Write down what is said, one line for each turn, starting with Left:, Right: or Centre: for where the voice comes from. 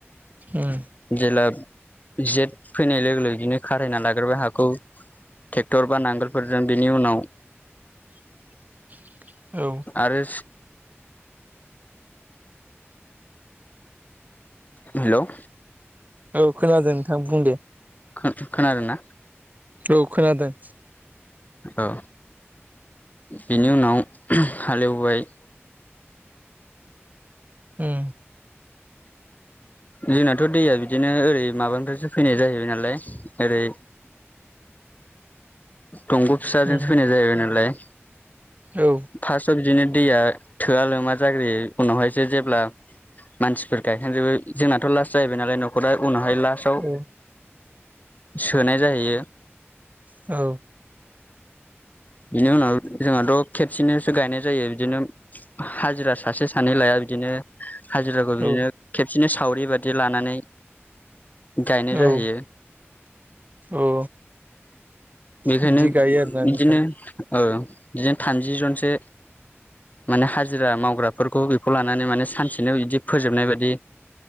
Right: उम
Left: जेब्ला जेथ फैनाय लोगो लोगो बिदिनो खारायना लाग्रोबाय हाखौ ट्रेक्टर बा नांगोलफोरजों बेनि उनाव
Right: <inaudible> औ
Left: आरो हेल'
Right: औ खोनादों नोंथां बुं दे
Left: खोनादों ना
Right: औ खोनादों
Left: औ बिनि उनाव हालेवबाय
Right: उम
Left: जोंनाथ' दैया बिदिनो ओरै माबानिफ्रायसो फैनाय जाहैबाय नालाय ओरै दंग' फिसाजोंसो
Right: उम
Left: फैनाय जाहैबाय नालाय
Right: औ
Left: फार्स्टआव बिदिनो दैया थोआ लोमा जाग्रोयो उनावहायसो जेब्ला मानसिफोर गायखांजोबो जोंनाथ' लास्ट जाहैबाय नालाय नखरा उनाव हाय लास्टाव
Right: औ
Left: सोनाय जाहैयो
Right: औ
Left: बिनि उनाव जोंहाथ' खेबसेनोसो गायनाय जायो बिदिनो हाजिरा सासे सानै लाया बिदिनो हाजिराखौ बिदिनो
Right: औ
Left: खेबसेनो सावरि बादि लानानै गायनाय
Right: औ
Left: जाहैयो।
Right: औ
Left: बेखायनो
Right: बिदि गायो आरोना
Left: बिदिनो
Right: नोंथां
Left: ओ बिदिनो थामजि जनसो माने हाजिरा मावग्राफोरखौ बेखौ लानानै माने सानसेनो बिदि फोजोबनाय बायदि